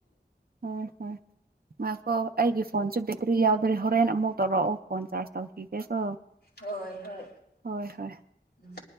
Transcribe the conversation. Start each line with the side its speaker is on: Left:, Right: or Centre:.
Right: ꯍꯣꯏ ꯍꯣꯏ ꯉꯥꯏꯈꯣ ꯑꯩꯒꯤ ꯐꯣꯟꯁꯨ ꯕꯦꯇ꯭ꯔꯤ ꯌꯥꯎꯗ꯭ꯔꯦ ꯍꯣꯔꯦꯟ ꯑꯃꯨꯛ ꯇꯧꯔꯛꯑꯣ ꯐꯣꯟ ꯆꯥꯔꯖ ꯇꯧꯈꯤꯒꯦꯀꯣ
Left: ꯍꯣꯏ ꯍꯣꯏ
Right: ꯍꯣꯏ ꯍꯣꯏ
Left: ꯎꯝ